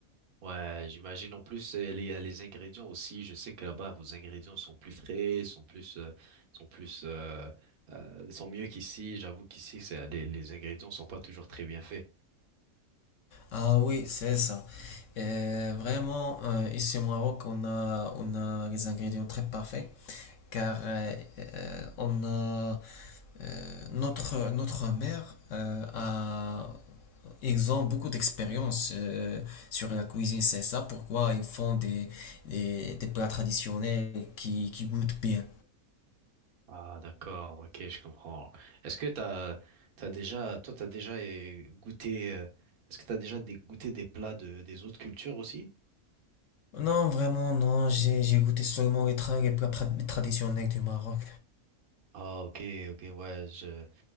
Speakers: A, on the right; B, on the left.
A: Ouais, j'imagine en plus euh, les, les ingrédients aussi. Je sais que là-bas, vos ingrédients sont plus frais, sont plus, euh, sont plus, euh, euh, sont mieux qu'ici. J'avoue qu'ici, c'est, les, les ingrédients sont pas toujours très bien faits.
B: Ah oui, c'est ça. Euh, vraiment, euh, ici au Maroc, on a, on a les ingrédients très parfaits, car euh, euh, on a euh, notre, notre mère euh, a, Ils ont beaucoup d'expérience euh, sur la cuisine, c'est ça pourquoi ils font des, des, des plats traditionnels qui, qui goûtent bien.
A: Ah, d'accord, ok, je comprends. Est-ce que t'as, t'as déjà, toi, t'as déjà eh, goûté, euh, est-ce que t'as déjà des- goûté des plats de, des autres cultures aussi?
B: Non, vraiment, non, j'ai j'ai goûté seulement les, tra- les plats pra- traditionnels du Maroc.
A: Ah, ok, ok, ouais, je,